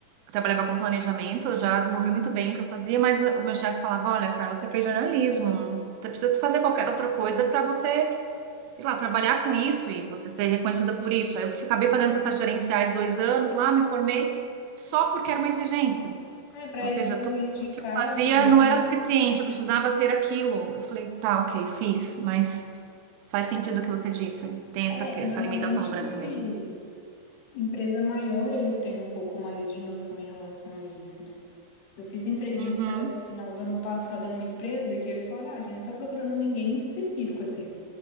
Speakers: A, on the right; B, on the left.
A: eu trabalhava com planejamento, eu já desenvolvi muito bem o que eu fazia, mas o meu chefe falava: Olha, Carla, você fez jornalismo, não você precisa fazer qualquer outra coisa para você, sei lá, trabalhar com isso e você ser reconhecida por isso. Aí eu fi- acabei fazendo processos gerenciais dois anos lá, me formei só porque era uma exigência.
B: É, para
A: Ou seja,
B: evoluir
A: tudo
B: de cargo,
A: que eu fazia
B: né?
A: não era suficiente, eu precisava ter aquilo. Eu falei, tá, ok, fiz, mas faz sentido o que você disse. Tem
B: É,
A: essa, essa
B: normalmente,
A: limitação no Brasil mesmo.
B: empresa maior, eles têm um pouco mais de noção em relação a isso, né? Eu fiz entrevista
A: Uhum,
B: final do ano passado numa empresa que eles falaram, ah, a gente tá procurando ninguém em específico, assim.